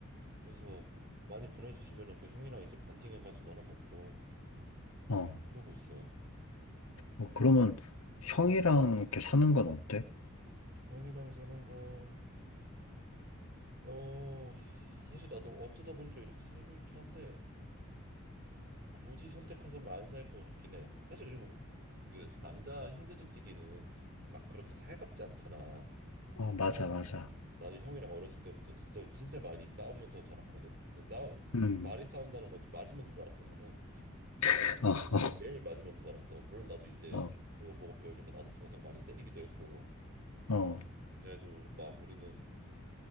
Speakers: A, on the right (about 45°); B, on the left (about 80°).
A: 그래서 많이 보내주시면은 그 형이랑 이제 반띵해가지고 나눠 먹고
B: 어, 어.
A: 그러고 있어.
B: 어, 그러면 형이랑 이렇게 사는 건 어때?
A: 형이랑 사는 건 어, 사실 나도 어쩌다 보니까 이렇게 살고 있긴 한데 굳이 선택하자면 안 살 것 같긴 해. 사실 그리고 그 남자 형제들끼리는 막 그렇게 살갑지 않잖아.
B: 어, 맞아,
A: 막
B: 맞아.
A: 나는 형이랑 어렸을 때부터 진짜 진짜 많이 싸우면서 자랐거든. 싸우
B: 음,
A: 말이 싸운다는 거지 맞으면서 자랐어 나는.
B: <laughs>
A: 거의 매일 맞으면서 자랐어. 물론 나도 이제
B: 어, 어,
A: 그거 보고 배우니까 나도 동생 많이 때리기도 했고.
B: 어. 어.
A: 그래가지고 막 우리는